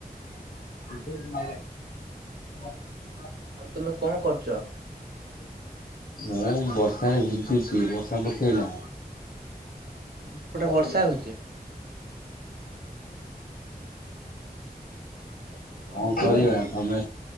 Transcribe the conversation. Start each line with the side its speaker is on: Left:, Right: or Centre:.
Left: <unintelligible>
Right: ଆଉ ତୁମେ କଁ କରୁଚ ଏବେ?
Left: ମୁଁ ବର୍ଷାରେ ଭିଜୁଚି ବର୍ଷା ପକେଇଲା
Right: ତୁମ ସେପଟେ
Left: <unintelligible> ହୁଁ
Right: ବର୍ଷା ହଉଛି ଆଉ ତମେ ଘରକୁ
Left: <unintelligible> କଁ
Right: ଯିବନି
Left: କରିବା
Right: କି?
Left: ତମେ